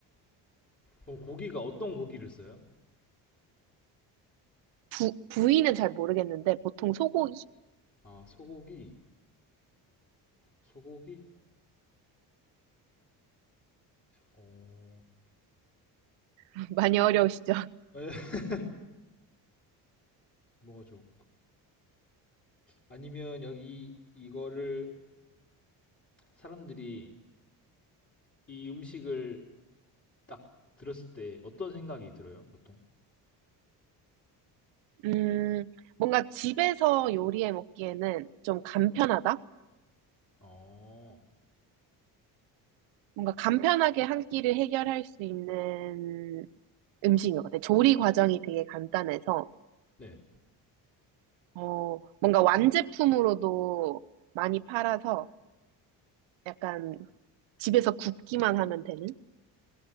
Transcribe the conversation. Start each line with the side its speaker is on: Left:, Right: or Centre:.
Left: 그럼 고기가 어떤 고기를 써요?
Right: 부, 부위는 잘 모르겠는데 보통 소고기?
Left: 아, 소고기, 소고기? 어,
Right: <laughs> 많이 어려우시죠?
Left: 에, <laughs> 뭐가 좋 아니면 여기 이거를 사람들이 이 음식을 딱 들었을 때 어떤 생각이 들어요, 보통?
Right: 음, 뭔가 집에서 요리해 먹기에는 좀 간편하다?
Left: 어,
Right: 뭔가 간편하게 한 끼를 해결할 수 있는 음식인 것 같아요. 조리 과정이 되게 간단해서,
Left: 네.
Right: 어, 뭔가 완제품으로도 많이 팔아서 약간 집에서 굽기만 하면 되는?